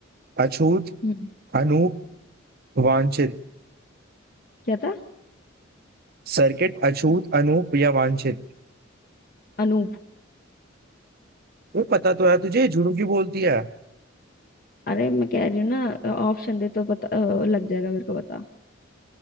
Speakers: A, on the right; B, on the left.
A: अछूत
B: हम्म
A: अनूप वांछित
B: क्या था
A: सर्किट अछूत अनूप या वांछित
B: अनूप
A: ये पता तो यार तुझे झुड़ू की बोलती है
B: अरे मैं कह रही हूँ ना ऑप्शन दे तो पता अ, लग जाएगा मेरे को पता